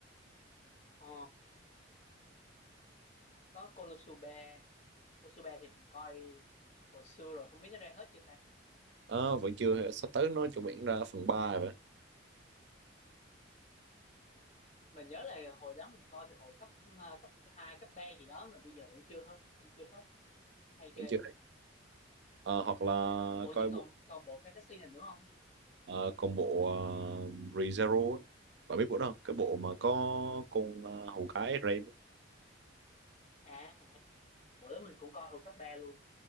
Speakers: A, on the left (about 35°); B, on the right (about 60°).
A: Ờ có Konosuba, Konosuba thì mình coi hồi xưa rồi không biết nó ra hết chưa ta.
B: Ờ, vẫn chưa sắp tới nó chuẩn bị ra phần ba vậy
A: Mình nhớ là hồi đó mình coi từ hồi cấp ờ, cấp 2 cấp 3 gì đó mà bây giờ vẫn chưa hết, vẫn chưa hết. Hay ghê.
B: vẫn chưa Ờ, hoặc là
A: Ủa
B: coi
A: vậy
B: bộ
A: còn còn bộ fantasy này nữa không?
B: ờ, còn bộ uh, ReZero á. bạn biết bộ đó không? cái bộ mà có con uh, hầu gái Rem
A: À, bộ đó mình cũng coi hồi cấp 3 luôn.